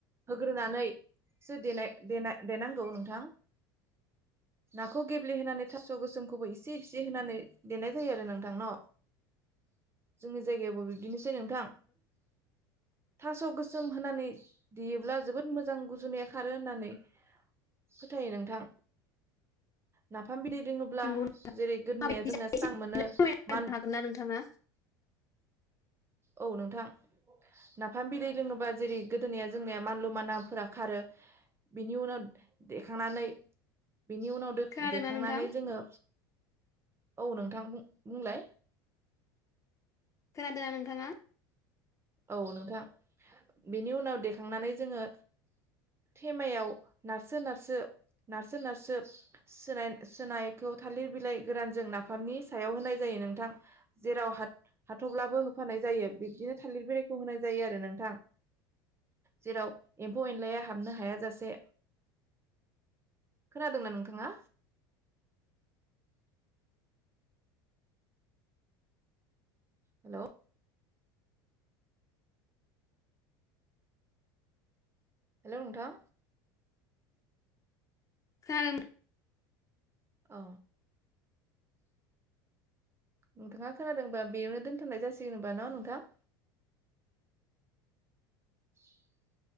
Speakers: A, on the right (about 20°); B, on the left (about 25°).
A: होग्रोनानैसो देनाय-देना-देनांगौ नोंथां नाखौ गेब्लेहोनै थास गोसोमखौबो ऐसे-ऐसे होनानै देनाय जायो आरो नोंथां न जोंनि जायगायावबो बिब्दि सै नोंथां थास गो सोम होनानै देयोब्ला जोबोद मोजां गुजुनाया खारो होननानै फोथायो नोंथां। नाफ फाम बिदै दोंङोब्ला
B: नंगौ
A: जेरै गोदोनाया
B: माबायदि
A: जोंना
B: जायो
A: स्रां
B: एसे
A: मोनो
B: फोरमायना
A: मान
B: होनो हागोन ना नोंथाङा
A: औ नोंथां नाफाम बिदै लोंङोबा जेरै गोदोनिाया जोंनिया मानलु मानला फोरा खारो बिनि उनाव देखांनानै बिनि उनाव दो
B: खोनादोंना
A: देखांनानै
B: नोंथां
A: जोंङो औ नोंथां बुं बुंलाय
B: खोनादोंना नों थाङा
A: औ नोंथां बेनि उनाव देखांनानै जोंङो थेमायाव नारसो-नारसो-नारसो-नारसो सोनाय-सोनायखौ थालिर बिलाय गोरानजों नाफामनि सायाव होनाय जायो नोंथां जेराव हाथफब्लाबो होफानाय जायो बिब्दिनो थालिर बिलायखौ होनाय जायो आरो नोंथां जेराव एम्फौ एनलाया हाबनो हायाजासे खोनादोंना नोंथाङा हेलौ हेलौ नोंथां
B: खोनादों
A: अ नोंथाङा खोनादोंबा बेयावनो दोनथनाय जासिगोनबा न नोंथां <inaudible> <inaudible>